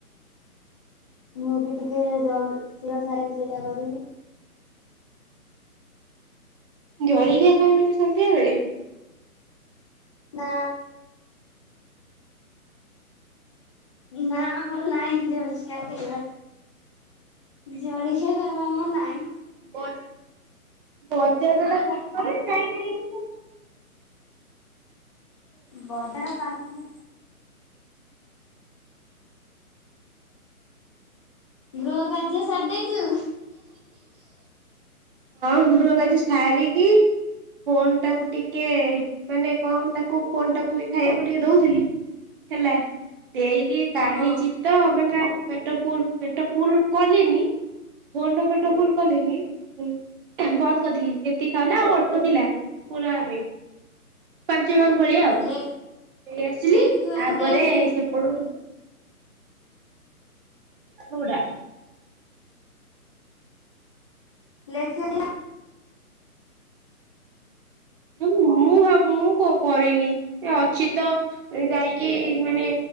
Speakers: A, on the left (about 20°); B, on the right (about 35°).
A: ମୁଁ ବି ଟିକେ ଜଲ ଶି <unintelligible> ସେଇଟା କରିବି
B: ଜଳିଖିଆ ଖାଉନ କି ସନ୍ଧ୍ୟା ବେଳେ?
A: ନା ନା ମୋର ନାଇଁ ଜଳଖିଆ ଖାଇବା ଜଳଖିଆ ଖାଇବା ଆମର ନାଇଁ
B: ବ ବଜାର ଟା ପାଖରେ ନାଇ ନାଇ କରୁଛୁ
A: ବଜାର ପାଖରେ ଗୃହ କାର୍ଯ୍ୟ ସାରିଦେଇଛୁ?
B: ହଁ ଗୃହକାର୍ଯ୍ୟ ସରିକି ଫୋନ୍ ଟାକୁ ଟିକେ ମାନେ କଣ ତାକୁ ଫୋନ୍ ଟାକୁ ବି ଖାଇବାକୁ ଟିକେ ଦଉଥିଲି। ହେଲା ଦେଇ କି କାଢିଛି
A: ହଁ
B: ତ ମାନେ ପେଟ ଫୁଲ ପେଟ ଫୁଲ କଲିନି ଫୋନ ର ଲେଟ ଫୁଲ କଲିନି ହୁଁ ବନ୍ଦ କରିଦେଲି ଏତିକି ଖାଇଲା ଆଉ ଅଳ୍ପ ଥିଲା ପୂରା ଅବେ ପାଞ୍ଚ ଭାଗ ଭଳିଆ ଆଉ ନେଇ
A: ଲେ
B: ଆସିଲି
A: ଲେଖିବାକୁ
B: ତାପରେ
A: ଦେଇଥିଲି
B: ସେପଟୁ ପୂରା
A: ଲେଖିବା
B: ହ ମୁଁ ଭାବୁ ମୁଁ କଉ କରିନି ଅଛି ତ ଯାଇକି ମାନେ